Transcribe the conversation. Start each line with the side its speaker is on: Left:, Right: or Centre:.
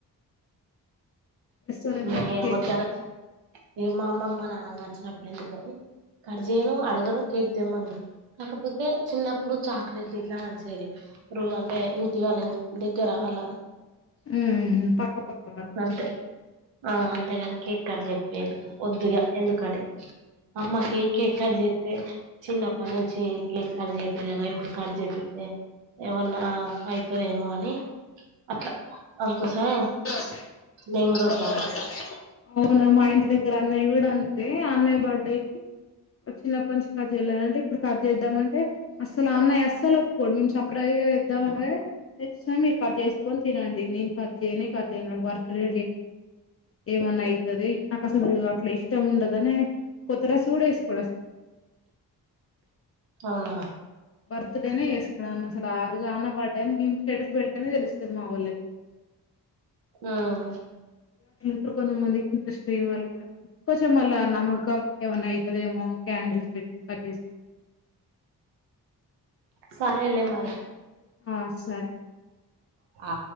Left: రెస్టారెంట్లకు
Right: నేను
Left: కేక్
Right: వద్దు అని ఏ మామ మన నచ్చనప్పుడు ఎందుకుకని కట్ చేయను అడగను కేక్ తమ్మ అను కాకపోతే చిన్నప్పుడు చాక్లెట్ ఇట్లా మంచిేది ఇ అంటే ఇంటి వాళ్ళ దగ్గర అళ
Left: హ్మ్ హు పక్క పక్క వాళ్ళకి
Right: అంతే ఆ అంతేగాని కేక్ కట్ చె వద్దు ఇగా ఎందుకని మ అమ్మకి కేక్ కట్ చేస్తే చిన్నప్పటి నుంచి కేక్ కట్ చేపియ్యలేదు ఇప్పుడు కట్ చేపిస్తే ఏమన్నా అయితదేమో అని అట్లా అందుకోసమే
Left: <unintelligible>
Right: నేను కూడా వద్దంట
Left: అవున మా ఇంటి దగ్గర అన్నయ్య కూడా అం అదే ఆ అన్నయ్య బర్త్డే కి చిన్నప్పటి నుంచి కార్చే చేయలేనంటే ఇప్పుడు కార్చే చేద్దామంటే అసలు ఆహ్ అన్నయ్య అస్సలు ఒప్పుకోడు ట్రై చేదాం అనగా నే మీరు కట్ చేసు కోని తినండి నేను కట్ చేయనే కట్ చేయ నా భర్త్ డై ఏమన్నా అయితది నాకు అసలు అట్లా ఇష్టం ఉండదని కొత్త డ్రెస్ కూడా వేసుకోడు అసలు
Right: అవునా
Left: బర్త్డేనే చేస్కోడు ఆఅన్న అసలు ఆ రోజు ఆ అన్న బర్త్డే అని మేము స్టేటస్ పెడితేనే తెలుస్తుంది మా వాళ్ళకి
Right: హ్మ్
Left: ఇ కొంతమంది ఇంట్రెస్ట్ లేని వాళ్ళు కూడా కొంచెం మళ్ళ నమ్మకం ఏమన్నా అయి అదేమో క్యాడిల్స్ పెట్టి కట్ చేస్
Right: సారే లే మరి
Left: ఆ సరే
Right: ఆ